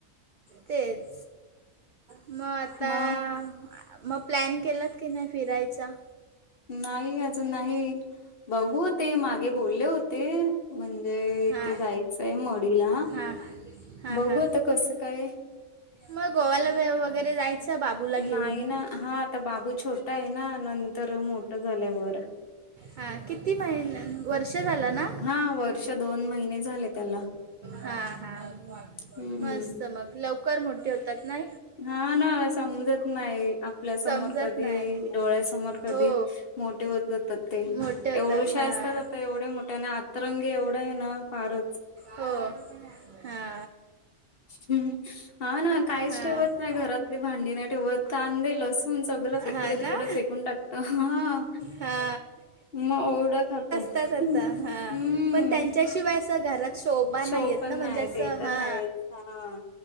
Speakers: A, on the right; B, on the left.
A: तेच म आता
B: मग
A: मग प्लॅन केलात की नाही फिरायचा?
B: नाही अजून नाही बघू ते मागे बोलले होते. म्हणजे
A: हां
B: इथे जायचंय मोडीला
A: हां हां
B: बघू
A: हां
B: आता कसं काय?
A: मग गोवला वगैरे जायचं बाबूला घेऊन.
B: नाही ना हा आता बाबू छोटा आहे ना नंतर मोठ झाल्यावर
A: हा किती महिन वर्ष झाला ना.
B: हा वर्ष दोन महिने झाले त्याला
A: हा हा
B: हम्म
A: मस्त मग लवकर मोठे होतात ना.
B: हा ना समजत नाही आपल्यासमोर
A: समजत
B: कधी
A: नाही
B: डोळ्यासमोर कधी
A: हो
B: मोठे होत जातात ते
A: मोठे होतात
B: एवढूशे
A: हां
B: असतात. आता एवढ्या मोठ्या तररंग एवढा आहे ना फारच
A: हो हा.
B: हम् हा ना काहीच
A: हां
B: ठेवत नाही घरातली भांडी नाही ठेवत. कांदे, लसूून सगळं. इकडे
A: हां ना
B: तिकडे फेकून टाकतो. हा
A: हा
B: मग ओरडा खातो.
A: आ हा
B: हम्म
A: पण त्यांच्याशिवाय अस घरात शोभा
B: शो
A: नाहीयेत
B: पण
A: ना म्हणजे
B: नाही
A: अस
B: ते तर
A: हा
B: आहेच हा.